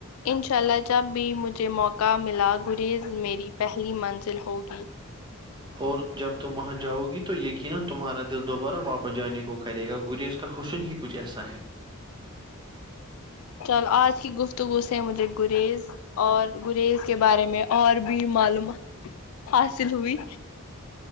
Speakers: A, on the left; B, on the right.
A: انشاء اللہ جب بھی مجھے موقع کا ملا گریز میری پہلی منزل ہوگی
B: اور جب تم وہاں جاؤ گی تو یقینا تمہارا دل دوبارہ واپس جانے کو کرے گا گریز کا حسن ہی کچھ ایسا ہے
A: چل آج کی گفتگو سے ہے مجھے گریز اور گریز کے بارے میں اور بھی معلومات حاصل ہوئی